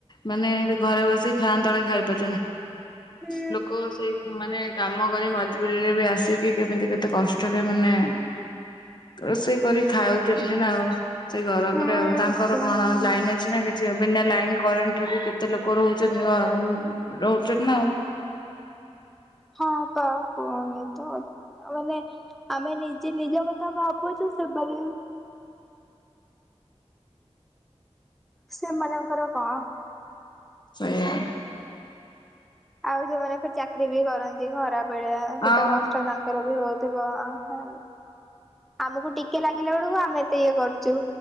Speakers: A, on the left; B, in the centre.
A: ମାନେ ଘରେ ବସିକି ଫ୍ୟାନ୍ ତଳେ ଖାଇପାରୁଚନ୍ତି।
B: ହୁଁ
A: ଲୋକ ସେଇ ମାନେ କାମ କରି ମଜବୁରୀରେ ବି ଆସିକି କେମିତି କେତେ କଷ୍ଟରେ ମାନେ ରୋଷେଇ କରି ଖାଉଚନ୍ତି ନା ଆଉ। ସେଇ ଗରମ୍
B: ହୁଁ
A: ରେ ଆଉ ତାଙ୍କର
B: କୁହନା।
A: କଣ ଲାଇନ୍ ଅଛି ନା କେ ଯେ ବିନା ଲାଇନ୍ କରେଣ୍ଟ୍ ରେ ବି କେତେ ଲୋକ ରହୁଚନ୍ତି ଆଉ ରହୁଚନ୍ତି ନା ଆଉ।
B: ହଁ ପା କୁହୁନି ତ। ଓ ମାନେ ଆମେ ନିଜେ ନିଜ କଥା ଭାବୁଚୁ ସେମାନେ ସେମାନଙ୍କର କଁ
A: ସେଇଆ।
B: ଆଉ ଯଉମାନେ ଚାକିରି ବି କରନ୍ତି ଖରା ବେଳେଆ କେତେ
A: ଆଉ
B: କଷ୍ଟ ତାଙ୍କ୍ କର ବି ହଉଥିବ ଆହାଃ ଆମକୁ ଟିକେ ଲାଗିଲା ବଳକୁ ଆମେ ଏତେ ଇଏ କରୁଚୁ।